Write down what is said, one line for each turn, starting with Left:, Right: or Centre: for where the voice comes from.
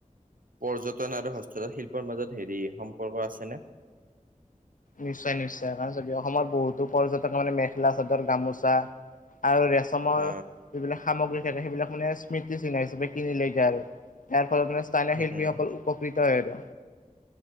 Right: পৰ্যটন আৰু হস্ততাঁত শিল্পৰ মাজত হেৰি সম্পৰ্ক আছেনে?
Left: নিশ্চয় নিশ্চয়, কাৰণ চাবি অসমৰ বহুতো পৰ্যটকে মানে মেখেলা চাদৰ গামোচা আৰু ৰেচমৰ
Right: অ
Left: যিবিলাক সামগ্ৰী থাকে সেইবিলাক মানে স্মৃতি চিহ্ন হিচাপে কিনি লৈ যায় আৰু। ফলত স্থানীয়
Right: উম
Left: শিল্পীসকল
Right: উম
Left: উপকৃত হয় আৰু।